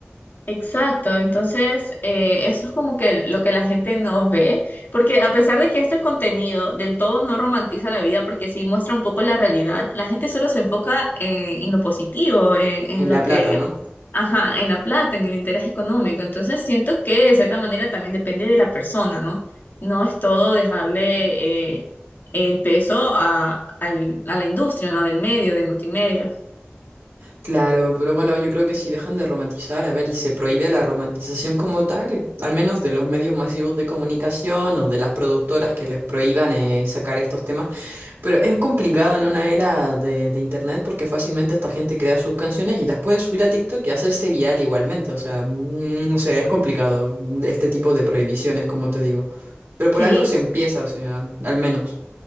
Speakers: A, on the left (about 55°); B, on the right (about 75°).
A: Exacto, entonces eh, eso es como que lo que la gente no ve, porque a pesar de que este contenido del todo no romantiza la vida, porque sí muestra un poco la realidad, la gente solo se enfoca en, en lo positivo, en, en
B: en
A: lo
B: La Plata,
A: que
B: ¿no?
A: Ajá, en la plata, en el interés económico. Entonces siento que de cierta manera también depende de la persona, ¿no? No es todo dejarle eh, el peso a, al- a la industria, ¿no? Del medio, de multimedia.
B: Claro, pero bueno, yo creo que si dejan de romantizar, a ver, y se prohíbe la romantización como tal, al menos de los medios masivos de comunicación o de las productoras que les prohíban eh, sacar estos temas, pero es complicado en una era de, de internet porque fácilmente esta gente crea sus canciones y las puede subir a TikTok y hacerse viral igualmente, o sea, mm, o sea, es complicado mm, este tipo de prohibiciones, como te digo, pero por
A: Sí,
B: algo se empieza, o sea, al menos.